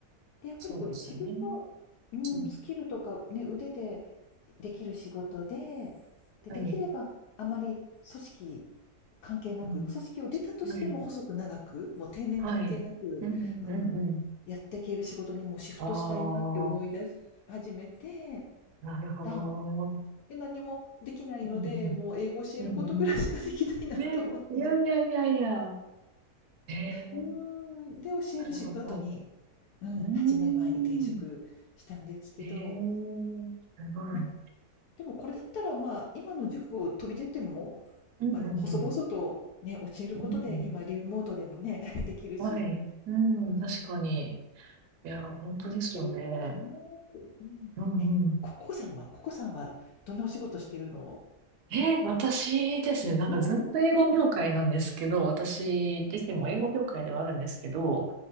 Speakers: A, on the left (about 80°); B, on the right (about 80°).
A: で、やっぱりこう自分の、
B: そうですよね。
A: うん、
B: うん。
A: スキルとか、ね、腕でできる仕事で、で、
B: はい。
A: できればあまり組織関係なく、
B: うん。
A: 組織を出たとしても細く長く、
B: はい。
A: もう定年関係なく、
B: はい。うんうんうんうん。
A: うん、やっていける仕事にもうシフトしたいなって思い出し始めて、
B: ああ、なるほど。
A: だんで、何もできないので、
B: うんうん。
A: もう英語教えることぐらいしかできないなと思って。
B: うんうん。ねえ、いやいやいやいや。ええ、
A: うーん、で、教える仕事に、
B: なるほど。
A: うん、
B: うーん。
A: 8年前に転職したんですけど、
B: ええ、すごい。
A: までもこれだったらまあ今の塾を飛び出ても、
B: うんうんうん。
A: まあ、細々とね教えることで今リモートでもね
B: うんうん
A: <laughs> できるし、
B: はい。うん、
A: うん、
B: 確かに。いや、
A: やっていけるかなーって、
B: 本当ですよね。
A: うん、
B: うんうん。
A: えココさんはココさんはどんなお仕事してるの
B: え、私ですね、なんかずっと英語業界なんですけど、
A: うんうん
B: 私自身も英語業界ではあるんですけど、